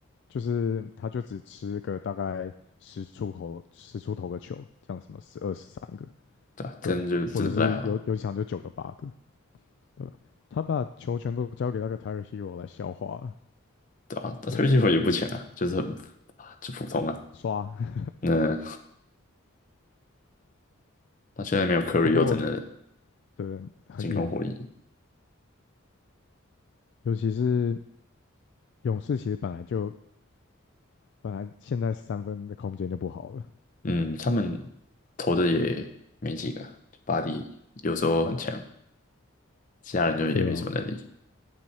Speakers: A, on the left (about 55°); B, on the left (about 35°).
A: 就是他就只吃个大概十出头十出头个球，这样什么十二十三个，
B: 对啊，
A: 对，
B: 真的就真的不太好，
A: 或者是有有几场就九个八个，对吧？他把球权都交给那个 Tyler Hero 来消化了，
B: 对啊，但他运气也不强啊，
A: 对，
B: 就是很啊就普通啊。
A: 刷。
B: 那他现在没有 Curry
A: 不过
B: 又真的
A: 对很硬，
B: 进攻火力，
A: 尤其是勇士其实本来就本来现在三分的空间就不好了，
B: 嗯，他们投的也没几个啊巴黎有时候很强，其他人就也没什么能力。
A: 对啊，